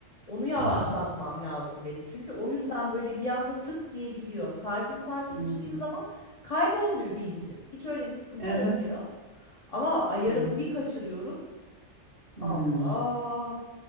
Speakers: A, on the left; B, on the right.
A: Onu yavaşlatmam
B: Aa.
A: lazım benim. Çünkü o yüzden böyle bir anda tık diye gidiyor. Sakin sakin
B: Hmm,
A: içtiğim zaman kaybolmuyor bilincim. Hiç öyle bir sıkıntı
B: Evet
A: olmuyor. Ama ayarımı
B: doğru.
A: bir kaçırıyorum.
B: Hı
A: Allah.
B: hı.